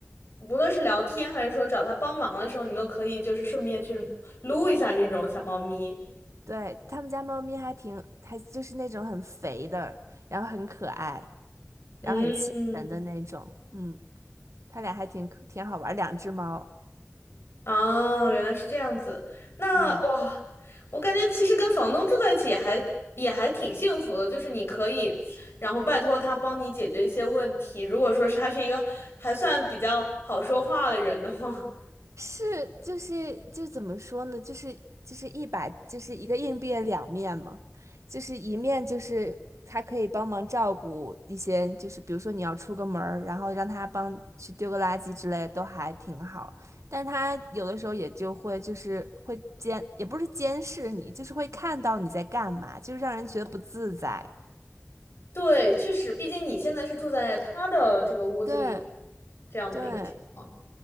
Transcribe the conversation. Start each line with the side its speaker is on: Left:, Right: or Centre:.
Left: 无论是聊天还是说找他帮忙的时候，你都可以就是顺便去撸一下这种小猫咪。
Right: 对，他们家猫咪还挺，还就是那种很肥的，然后很可爱，
Left: 嗯嗯，
Right: 然后很亲人的那种，嗯，他俩还挺可挺好玩儿两只猫，
Left: 哦，原来是这样子。那哇，
Right: 嗯。
Left: 我感觉其实跟房东住在一起也还也还挺幸福的，就是你可以，然后拜托他帮你解决一些问题。如果说是他是一个还算比较好说话的人的话，
Right: 是，就是就怎么说呢？就是就是一百，就是一个硬币的两面嘛，就是一面就是他可以帮忙照顾一些，就是比如说你要出个门儿，然后让他帮去丢个垃圾之类的，都还挺好。但他有的时候也就会就是会监，也不是监视你，就是会看到你在干嘛，就让人觉得不自在。
Left: 对，确实，毕竟你现在是住在他的这个屋子里面，
Right: 对
Left: 这样子的一个情况。
Right: 对，